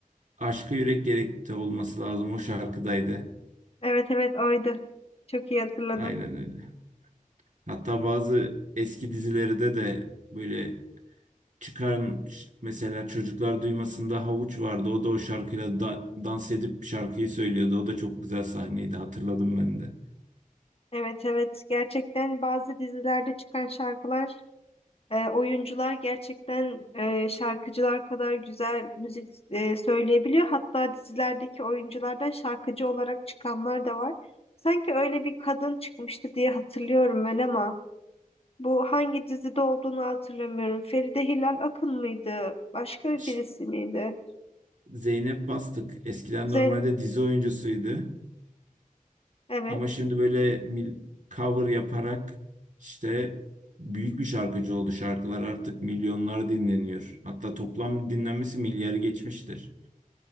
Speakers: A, on the right (about 60°); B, on the left (about 45°).
A: Aşka yürek gerekti olması lazım o şarkıdaydı.
B: Evet evet oydu. Çok iyi hatırladım.
A: Aynen öyle. Hatta bazı eski dizilerde de böyle çıkan ş- mesela çocuklar duymasında havuç vardı. O da o şarkıyla da- dans edip şarkıyı söylüyordu. O da çok güzel sahneydi. Hatırladım ben de.
B: Evet evet gerçekten bazı dizilerde çıkan şarkılar E, oyuncular gerçekten e, şarkıcılar kadar güzel müzik e, söyleyebiliyor. Hatta dizilerdeki oyunculardan şarkıcı olarak çıkanlar da var. Sanki öyle bir kadın çıkmıştı diye hatırlıyorum ben ama bu hangi dizide olduğunu hatırlamıyorum. Feride Hilal Akın mıydı? Başka
A: Ş-
B: birisi miydi?
A: Zeynep Bastık eskiden
B: Z
A: normalde dizi oyuncusuydu.
B: evet.
A: Ama şimdi böyle mil- cover yaparak işte büyük bir şarkıcı oldu. Şarkılar artık milyonlar dinleniyor. Hatta toplam dinlenmesi milyarı geçmiştir.